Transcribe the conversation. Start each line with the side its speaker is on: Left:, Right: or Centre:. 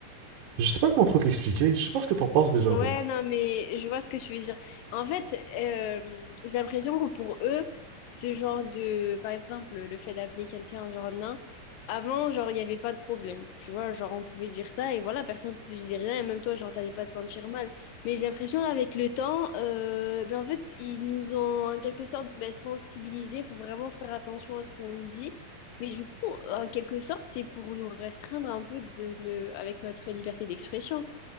Right: je sais pas comment trop te l'expliquer, je sais pas ce que t'en penses déjà,
Left: Ouais,
Right: toi.
Left: non, mais je vois ce que tu veux dire. En fait, euh, j'ai l'impression que pour eux, ce genre de, par exemple, le fait d'appeler quelqu'un genre nain, avant, genre, il n'y avait pas de problème. Tu vois, genre, on pouvait dire ça et voilà, personne ne te disait rien et même toi, genre, t'allais pas te sentir mal. Mais j'ai l'impression, là, avec le temps, euh, ben, en fait, ils nous ont en quelque sorte ben, sensibilisés. Il faut vraiment faire attention à ce qu'on dit. Mais du coup, en quelque sorte, c'est pour nous restreindre un peu de, de- avec notre liberté d'expression.